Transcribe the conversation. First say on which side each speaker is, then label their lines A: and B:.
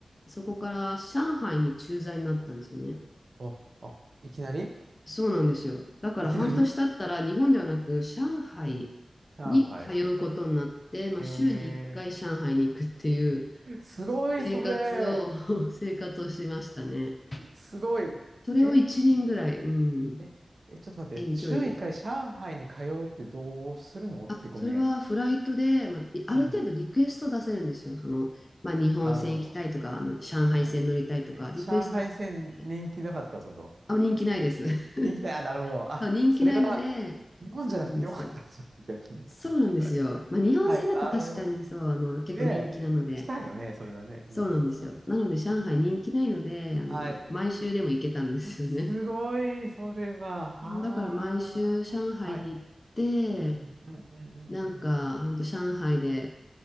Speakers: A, on the left; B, on the right.
A: そこから上海に駐在になったんですよね。
B: あ、あ、いきなり
A: そうなんですよ。だから半年経ったら日本ではなく上海
B: いきなりうん、上海。
A: に通うことになって、まあ、
B: え
A: 週に1回上海に行くっていう
B: ー、<laughs> すごい、
A: 生活を
B: それ。
A: <laughs> 生活をしましたね。
B: すごい。
A: それを1年ぐらい、
B: え、
A: うん、
B: え、え、ちょっと待って。
A: 遠距離で。
B: 週1回上海に通うってどうするのってごめん。
A: あ、それはフライトで、まあ、いある程度リクエスト出せるんですよ。
B: うん。
A: その、まあ、日本線行きたいとか、
B: なるほど。
A: あの上海線乗りたいとか、
B: うん。え、上海線人気なかったってこと
A: リクエスト出せるんであ、人気ないです。<laughs>
B: 人気だ。あ、なるほど。あ、
A: そう人気ないので、
B: それは日本じゃなくてよかったんじゃん。
A: そうなんですよ。
B: 逆にとか言何が
A: そうなんですよ。まあ、日本製だと確かにそう、
B: はい、なるほど。
A: あの、結構人気なので、
B: で、来たよね、それはね。
A: そうなんですよ。
B: うん、そうだよ。
A: なので、上海人気ないので、
B: うん。
A: あの、
B: はい。
A: 毎週でも行けたんですよね。
B: すごい、それは、はあ、
A: だから毎週上海に行って、
B: はい。うん、うん、うん、うん、
A: なんか、
B: うん
A: ほんと上海で、